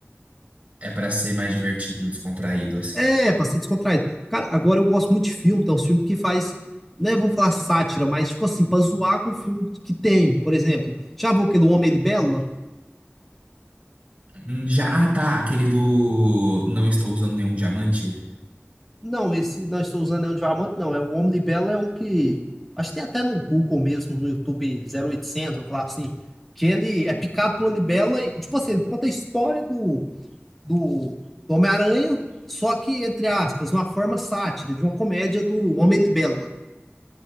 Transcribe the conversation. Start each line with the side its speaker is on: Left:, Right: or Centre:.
Right: É pra ser mais divertido, descontraído, assim.
Centre: É, pra ser descontraído. Cara, agora eu gosto muito de filme, tem uns filmes que faz, né, vamos falar sátira, mas tipo assim, pra zoar com o filme que tem, por exemplo. Já viu aquele Homem Libela?
Right: Hum, Já, ah, tá, aquele do não estou usando nenhum diamante.
Centre: Não, esse Não Estou Usando Anel de Diamante, não. É, o Homem Libela é um que. Acho que tem até no Google mesmo, no YouTube zero oitocentos vamos falar assim. Que ele é picado por uma libela e, tipo assim, ele conta a história do, do, do Homem-Aranha, só que, entre aspas, uma forma sátira de uma comédia do Homem-Libela.